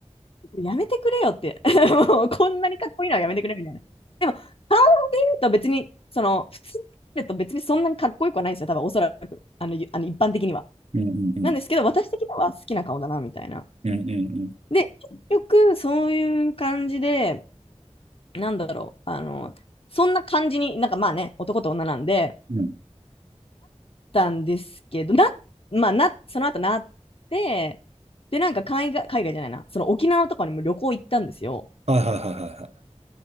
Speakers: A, on the left (about 55°); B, on the right (about 65°).
A: やめてくれよって。<laughs> もうこんなにかっこいいのはやめてくれみたいな。でも、考えると別に、その、普通に考えると別にそんなにかっこよくはないんですよ。多分、おそらく、あの、あの一般的には。
B: うんうんうんうん。
A: なんですけど、私的には好きな顔だな、みたいな。
B: うんうん
A: で、結局、そういう感じで、なんだろう、あの、そんな感じに、なんかまあね、男と女なんで、
B: うん。
A: たんですけど、な、まあな、その後なって、で、なんか海外、海外じゃないな、その沖縄とかにも旅行行ったんですよ。
B: はいはいはいはいはい。